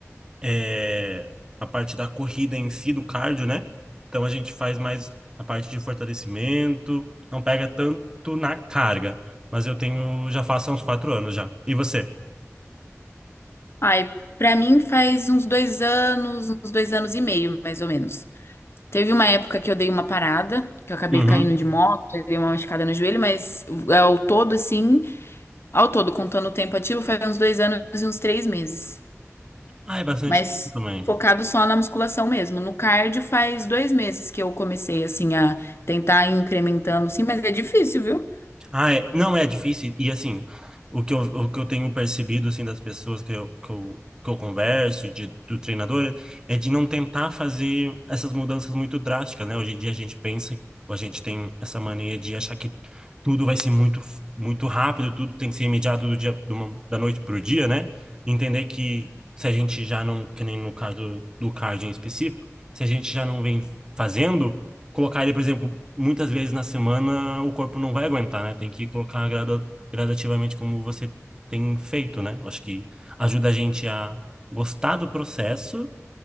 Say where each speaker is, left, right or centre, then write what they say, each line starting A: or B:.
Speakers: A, on the right; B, on the left.
A: eh, a parte da corrida em si, do cardio, né? Então a gente faz mais a parte de fortalecimento, não pega tanto na carga, mas eu tenho já faço há uns quatro anos já. E você?
B: Ai, pra mim faz uns dois anos, uns dois anos e meio, mais ou menos. Teve uma época que eu dei uma parada, que eu acabei
A: Uhum.
B: caindo de moto, eu dei uma machucada no joelho, mas é, ao todo, assim, Ao todo, contando o tempo ativo, faz uns dois anos e uns três meses.
A: Ah, é bastante
B: Mas
A: tempo também.
B: focado só na musculação mesmo. No cardio faz dois meses que eu comecei, assim, a tentar ir incrementando, sim, mas é difícil, viu?
A: Ah, é, não é difícil. E assim, o que eu, o que eu tenho percebido assim das pessoas que eu, que eu, que eu converso e de, do treinador é de não tentar fazer essas mudanças muito drásticas, né? Hoje em dia a gente pensa, ou a gente tem essa mania de achar que tudo vai ser muito muito rápido, tudo tem que ser imediato do dia de uma- da noite para o dia, né? Entender que se a gente já não, que nem no caso do cardio em específico, se a gente já não vem fazendo colocar ele, por exemplo, muitas vezes na semana, o corpo não vai aguentar, né? Tem que colocar gradu- gradativamente como você tem feito, né? Eu Acho que ajuda a gente a gostar do processo